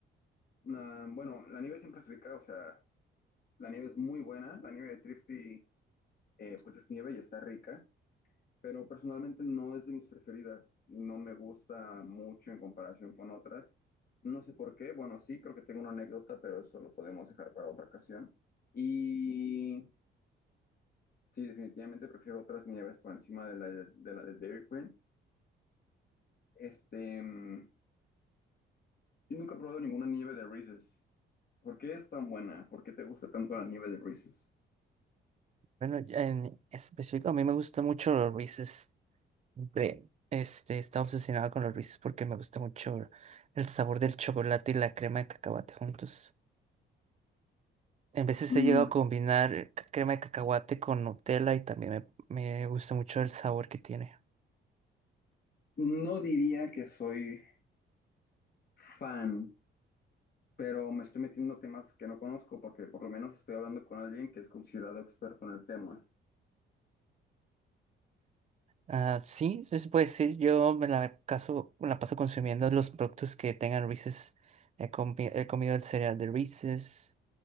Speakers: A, on the left; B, on the right.
A: Nah, bueno, la nieve siempre es rica, o sea, la nieve es muy buena, la nieve de Trifty eh, pues es nieve y está rica, pero personalmente no es de mis preferidas, no me gusta mucho en comparación con otras. No sé por qué, bueno, sí, creo que tengo una anécdota, pero eso lo podemos dejar para otra ocasión. Y sí, definitivamente prefiero otras nieves por encima de la de, de la de Dairy Queen. Este, mm, y nunca he probado ninguna nieve de Reese's. ¿Por qué es tan buena? ¿Por qué te gusta tanto la nieve de Reese's?
B: Bueno, ya en específico, a mí me gusta mucho los Reese's. Siempre, Este, estaba obsesionado con los Reese's porque me gusta mucho el sabor del chocolate y la crema de cacahuate juntos. En veces
A: Mm,
B: he llegado a combinar crema de cacahuate con Nutella y también me, me gusta mucho el sabor que tiene.
A: No diría que soy fan, pero me estoy metiendo a temas que no conozco porque por lo menos estoy hablando con alguien que es considerado experto en el tema.
B: Ah, sí, sí se puede decir, yo me la, caso, me la paso consumiendo los productos que tengan Reese's. He, comi- he comido el cereal de Reese's,